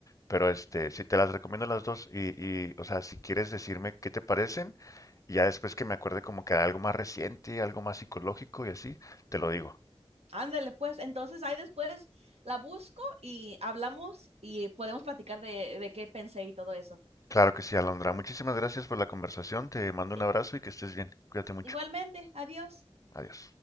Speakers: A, on the left; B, on the right.
A: Pero este, sí, te las recomiendo las dos y, y, o sea, si quieres decirme qué te parecen, y ya después que me acuerde como que algo más reciente, algo más psicológico y así, te lo digo.
B: Ándale, pues. Entonces ahí después la busco y hablamos y podemos platicar de, de qué pensé y todo eso.
A: Claro que sí, Alondra. Muchísimas gracias por la conversación. Te mando un
B: Eh,
A: abrazo y que estés bien. Cuídate mucho.
B: Igualmente, adiós.
A: Adiós.